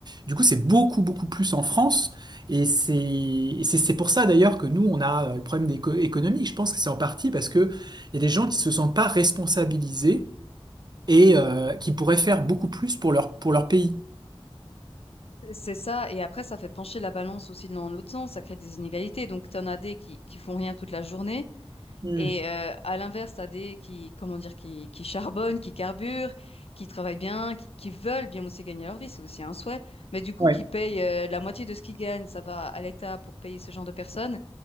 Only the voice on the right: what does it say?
du coup c'est beaucoup beaucoup plus en France. Et c'est et c'est c'est pour ça d'ailleurs que nous on a euh, le problème d'éco- économique. Je pense que c'est en partie parce que il y a des gens qui se sentent pas responsabilisés et euh, qui pourraient faire beaucoup plus pour leur, pour leur pays.
Hmm.
Ouais,